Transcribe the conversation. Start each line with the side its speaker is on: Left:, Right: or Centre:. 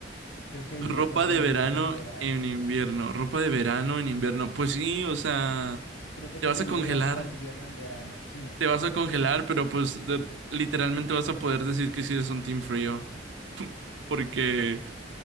Left: creo que
Right: Ropa
Left: llevar ropa
Right: de
Left: de
Right: verano
Left: invierno en verano.
Right: en invierno, ropa de verano en invierno. Pues sí, o sea,
Left: Creo que
Right: te
Left: preferiría
Right: vas a congelar,
Left: llevar ropa de invierno en verano. Sí.
Right: te vas a congelar, pero pues de- literalmente vas a poder decir que sí eres un team frío, porque,